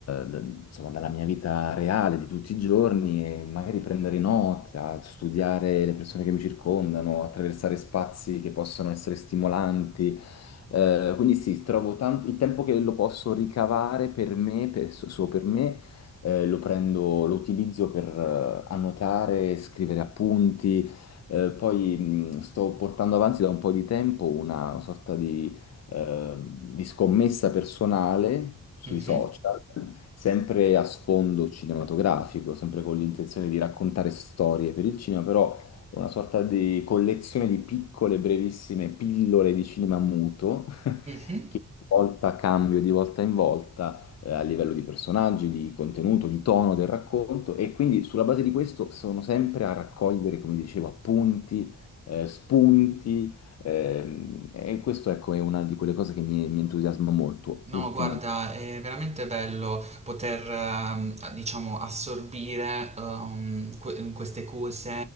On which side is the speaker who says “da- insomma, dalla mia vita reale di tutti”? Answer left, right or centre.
Left